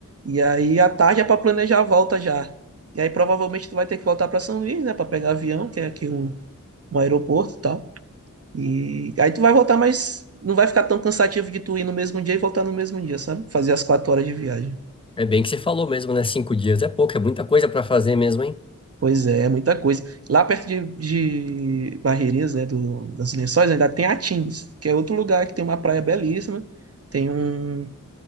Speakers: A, on the right; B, on the left.
A: E aí à tarde é pra planejar a volta já. E aí provavelmente tu vai ter que voltar pra São Luís, né, Pra pegar avião, que é aqui um, um aeroporto e tal. E aí tu vai voltar, mas não vai ficar tão cansativo de tu ir no mesmo dia e voltar no mesmo dia, sabe? Fazer as quatro horas de viagem.
B: É, é bem que você falou mesmo, né? Cinco dias é pouco, é muita coisa pra fazer mesmo, hein?
A: Pois é, é muita coisa. Lá perto de, de Barreirinhas, né, do, das Lençóis, ainda tem Atins, que é outro lugar que tem uma praia belíssima, tem um